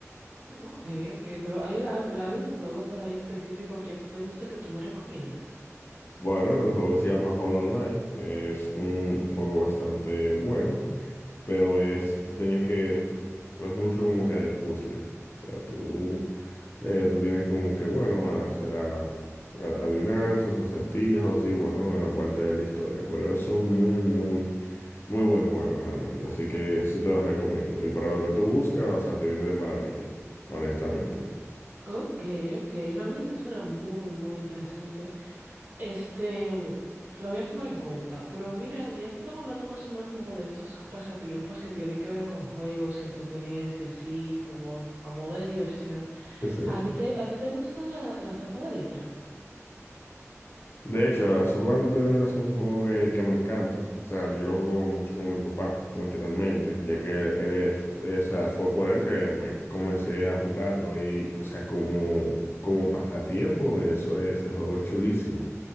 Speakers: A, on the right; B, on the left.
A: Mm, Ok, ok, pero ¿hay, ¿habrá algún juego por ahí específico que a ti te guste que tú me recomiendes?
B: Bueno, el juego se llama Hollow Knight, es un juego bastante bueno, pero es, tú tienes que, es mucho como que de puzzle. O sea, tú Eh, tú tienes como que, bueno, hacer a- a- adivinanzas, acertijos y, bueno, aparte de la historia. Pero es un muy, muy, muy buen juego realmente. Así que sí te lo recomiendo. Y para lo que tú buscas, o sea, te viene de maravilla, honestamente.
A: Ok, ok, realmente suena muy, muy interesante. Este, mm, lo voy a tomar en cuenta, pero mira, ya que estamos hablando más o menos como de estos pasatiempos que tienen que ver con juegos y entretenerse y así, como a modo de diversión,
B: Pues sí.
A: ¿a ti te, a ti te gusta la, la sopa de letras?
B: De hecho, la sopa de letras es un juego que, que me encanta. O sea, yo lo jugaba mucho con mi papá anteriormente, ya que él, él es, esa fue por él que me comencé a jugarlo y, o sea, como, como pasatiempo, eso ese juego es chulísimo.